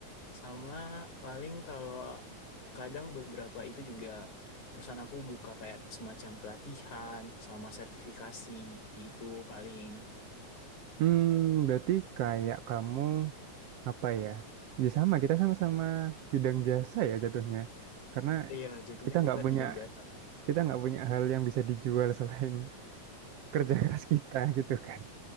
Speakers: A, on the left; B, on the right.
A: Sama paling kalau kadang beberapa itu juga perusahaan aku buka kayak semacam pelatihan sama sertifikasi gitu paling.
B: Hmm, berarti kayak kamu apa ya? Ya sama, kita sama-sama bidang jasa ya jatuhnya. Karena
A: Iya, jatuhnya
B: kita nggak
A: kita
B: punya
A: bidang jasa.
B: kita nggak punya hal yang bisa dijual selain <laughs> kerja keras kita gitu kan.